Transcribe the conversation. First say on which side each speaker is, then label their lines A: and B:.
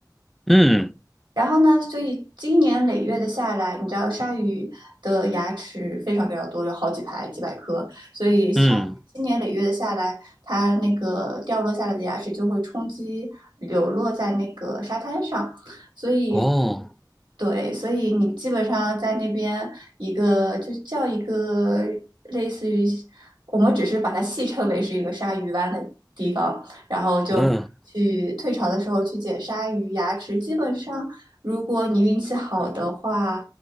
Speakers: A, in the centre; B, on the right.
A: 嗯
B: 然后呢，所以今年累月的下来，你知道鲨鱼的牙齿非常非常多，有好几排、几百颗，所以下今年累月的下来，
A: 嗯嗯，
B: 它那个掉落下来的牙齿就会冲击流落在那个沙滩上，所以。
A: 哦。
B: 对，所以你基本上在那边一个就叫一个类似于，我们只是把它戏称为是一个鲨鱼湾的地方，然后就去退潮的时候去捡鲨鱼牙齿，
A: 嗯，
B: 基本上如果你运气好的话，